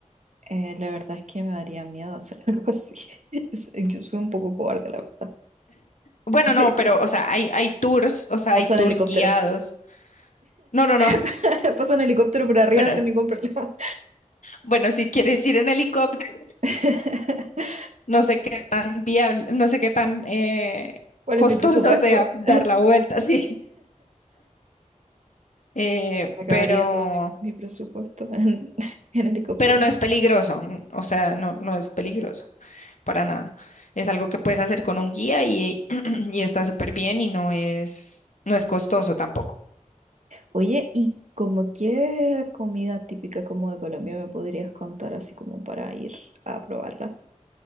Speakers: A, on the right; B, on the left.
A: Eh, la verdad es que me daría miedo hacer <laughs> algo así. Es- Yo soy un poco cobarde, la verdad.
B: Bueno,
A: <laughs>
B: no, pero o sea, hay, hay tours, o sea,
A: Paso
B: hay tours
A: en helicóptero.
B: guiados. No, no, no. <laughs>
A: <laughs> Paso en helicóptero por arriba
B: Bueno,
A: sin ningún problema.
B: bueno, si quieres ir en helicóptero.
A: <laughs>
B: No sé qué tan viable, no sé qué tan eh,
A: ¿Cuál
B: costoso
A: es mi presupuesto?
B: <laughs> sea dar
A: <laughs>
B: la vuelta, sí. Eh,
A: Me acabaría
B: pero,
A: todo mi, mi presupuesto en, <laughs> en helicópteros.
B: pero no es peligroso, n- o sea, no, no es peligroso para nada. Es algo que puedes hacer con un guía y, <clears throat> y está súper bien y no es, no es costoso tampoco.
A: Oye, ¿y como qué comida típica como de Colombia me podrías contar así como para ir a probarla?